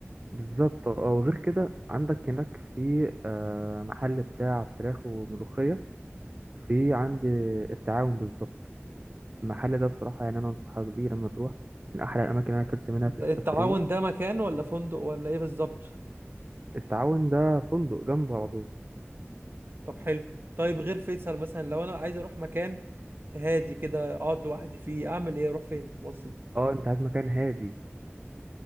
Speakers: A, on the right; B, on the right.
A: بالظبط اه وغير كده عندك هناك في آه، محل بتاع فراخ وملوخية في عند التعاون بالظبط المحل ده بصراحة يعني أنا أنصحك بيه لما تروح من أحلى الأماكن اللي أنا أكلت منها
B: ده-
A: في السفرية
B: التعاون ده مكان ولا فندق ولا ايه بالظبط
A: التعاون ده فندق جنبه على طول
B: طب حلو طيب غير فيصل مثلا لو انا عايز اروح مكان هادي كده اقعد لوحدي فيه اعمل ايه اروح فين في مصر
A: أه أنت عايز مكان هادي